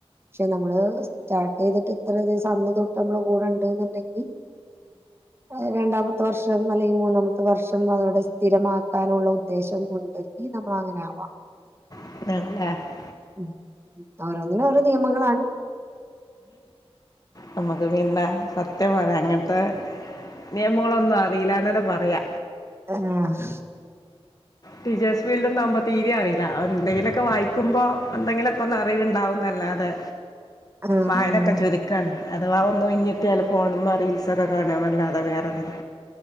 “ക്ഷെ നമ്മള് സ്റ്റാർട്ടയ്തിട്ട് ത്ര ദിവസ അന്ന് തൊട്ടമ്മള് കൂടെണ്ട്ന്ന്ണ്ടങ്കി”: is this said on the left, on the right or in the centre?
Right